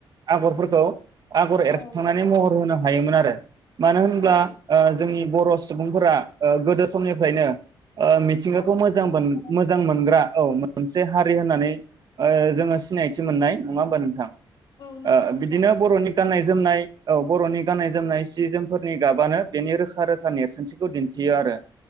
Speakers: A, on the right; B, on the left.
A: आगरफोरखौ आगर एरखांनानै
B: औ
A: महर होनो हागौ। हायोमोन आरो मानो होनब्ला
B: औ
A: जोंनि बर' सुबुंफोरा गोदो समनिफ्रायनो ओ मिथिंगाखौ
B: दानाय लुनायाव
A: मोजां मोजां मोनग्रा। औ मोनसे हारि
B: औ
A: होननानै ओ जोङो सिनायथि मोननाय नङा होमबा नोंथां
B: औ नंगौ
A: आं
B: नोंथां
A: बिदिनो बर' नि गाननाय जोमनाय औ बर‌' नि गाननाय जोमनाय सि जोमफोरनि गाबानो बेनि रोखा रोखा नेरसोनथिखौ दिन्थियो आरो।